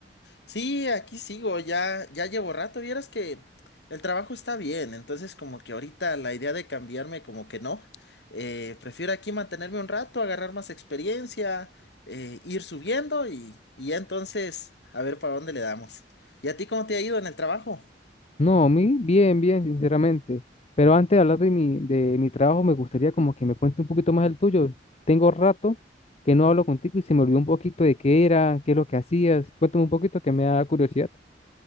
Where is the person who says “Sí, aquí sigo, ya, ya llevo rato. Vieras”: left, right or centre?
Left